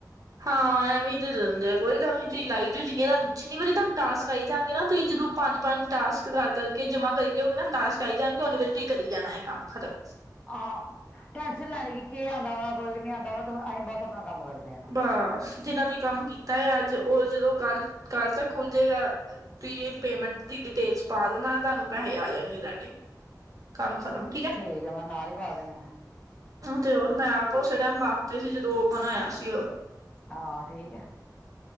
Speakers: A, on the right (about 50°); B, on the left (about 15°).
A: ਹਾਂ ਐਵੇਂ ਈ ਦੇ ਦਿੰਦੇ ਆ, ਕੋਈ ਗੱਲ ਨੀ, ਤੁਸੀਂ ਲਾਈ ਜਾਉ, ਜਿੰਨੀ ਤੁਹਾਨੂੰ, ਜਿੰਨੀ ਵਾਰੀ ਤੁਹਾਨੂੰ ਟਾਸਕ ਆਈ ਜਾਣਗੇ ਨਾ ਤੁਸੀਂ ਜਦੋਂ ਪੰਜ -ਪੰਜ, ਟਾਸਕ ਕਰ-ਕਰ ਕੇ ਜਮਾ ਕਰੀ ਜਾਉਗੇ ਨਾ, ਤੁਹਾਨੂੰ ਟਾਸਕ ਆਈ ਜਾਣਗੇ, ਉਨੀਂ ਵਾਰੀ ਚ ਕਰੀ ਜਾਣਾ ਹੈ ਕੰਮ ਖ਼ਤਮ।
B: ਹਾਂ, ਟੈਂਨਸ਼ਨ ਲੈਣੀ ਕਿ, ਕੇ ਆਉਂਦਾ ਵਾ, ਕੋਈ ਨਹੀਂ ਆਉਂਦਾ ਵਾ। ਤੇ ਅਸੀਂ ਬਸ ਆਪਣਾ ਕੰਮ ਕਰਦੇ ਆਣਾ
A: ਬਸ। ਜਿੰਨਾਂ ਨੇ ਕੰਮ ਕੀਤਾ ਅੱਜ ਉਹ ਜਦੋਂ ਕੱਲ ਕੱਲ ਤੱਕ ਖੁੱਲ ਜੇਗਾਂ। ਪੀ ਏ ਪੇਮੈਂਟ ਦੀ ਡਿਟੇਲਸ ਪਾ ਦੇਵਾ ਤੁਹਾਨੂੰ ਪੈਸੇ ਆ ਜਾਣਗੇ ਤੁਹਾਡੇ ਕੰਮ ਖਤਮ
B: ਠੀਕ ਹੈ ਮੈਂ ਨਾਲ ਹੀ ਪਾ ਦਿਨੇ ਆਾਂ
A: ਤੇ ਹੋਰ ਮੈਂ ਆਪ ਉਸੇ ਟਾਈਮ ਬਾਹਰ ਤੇ ਸੀ ਜਦੋਂ ਉਹ ਬਣਇਆ ਸੀ ਉਹ
B: ਹਾਂ ਠੀਕ ਆ